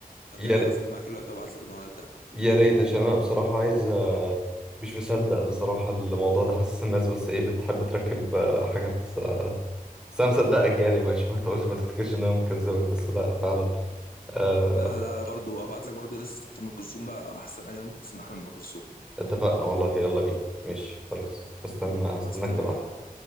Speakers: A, on the left; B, in the centre.
A: لو
B: <laughs>
A: كده
B: يا ر-
A: هقفل معاك دلوقتي وابعت لك الاغنيه بتاعها
B: يا ريت عشان أنا بصراحة عايز آه، مش مصدق بصراحة الموضوع ده حاسس الناس بس إيه بتحب تركب آه، حاجات آه، بس أنا مصدقك يعني مش ما تقولش ما تفتكرش إن أنا مكذبك بس لأ فعلا آه،
A: لا لا لا برضه وابعت لك برضه لسه ام كلثوم بقى احسن اغاني ممكن تسمعها لام كلثوم
B: اتفقنا والله يلا بينا ماشي خلاص هستنى
A: خلاص
B: هستناك
A: تمام
B: تبعتلي